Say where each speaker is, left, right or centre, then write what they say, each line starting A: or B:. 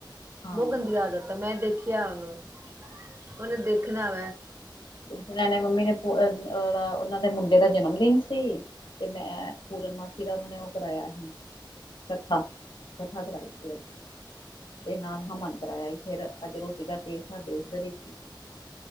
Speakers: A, on the left; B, on the right.
A: ਹਾਂ
B: ਬੌਹ ਗੰਦੀ ਆਦਤ ਹੈ, ਮੈਂ ਦੇਖਿਆ ਔਨੂੰ, ਔਨੇ ਦੇਖਣੈ ਵੈਂ।
A: ਔਥੇ ਰਹਿਣਾ ਮੰਮੀ ਨੇ, ਉਨਾਂ ਦੇ ਮੁੰਡੇ ਦਾ ਜਨਮ ਦਿਨ ਸੀ। ਤੇ ਮੈਂ ਪੂਰਨਮਾਸ਼ੀ ਦਾ ਉਨਾਂ ਨੇ ਓਹ ਕਰਾਯਾ ਸੀ, ਕਥਾ, ਕਥਾ ਕਰਾਈ ਸੀ ਅੱਜ। ਤੇ ਨਾਲ ਹਵਨ ਕਰਾਇਆ ਸੀ, ਫੇਰ ਅੱਜ ਰੋਟੀ ਦਾ ਟੇ ਸਾਡੇ ਉਧਰ ਹੀ ਸ